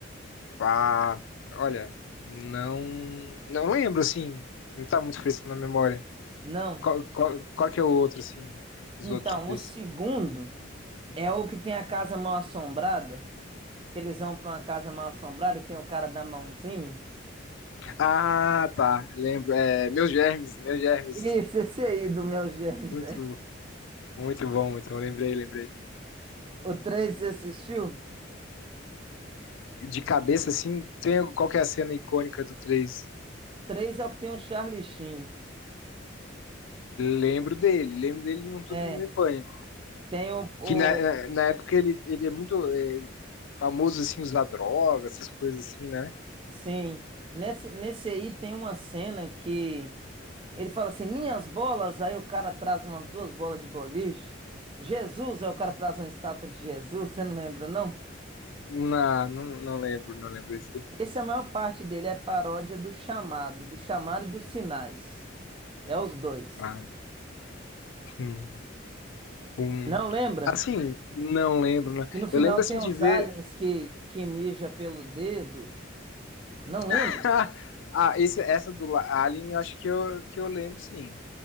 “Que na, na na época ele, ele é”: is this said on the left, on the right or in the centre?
Left